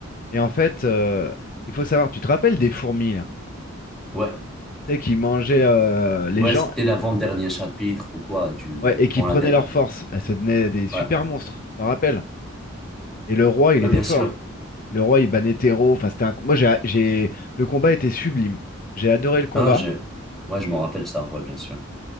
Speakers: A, on the left; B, in the centre.
A: Et en fait, euh, il faut savoir, tu te rappelles des fourmis là?
B: Ouais,
A: Tu sais, qui mangeaient euh, les
B: ouais,
A: gens
B: c'était l'avant-dernier
A: et,
B: chapitre ou quoi, du,
A: ouais, et qui
B: bon,
A: prenaient
B: la, la-
A: leur force. Elles, ça devenait des super
B: ouais,
A: monstres, tu t'en rappelles? Et le roi, il
B: ouais,
A: était
B: bien
A: fort.
B: sûr.
A: Le roi, il bannait Théro. Enfin, c'était un... Moi, j'ai, j'ai... Le combat était sublime. J'ai adoré le combat.
B: Non, je, moi, je me rappelle ça, ouais, bien sûr.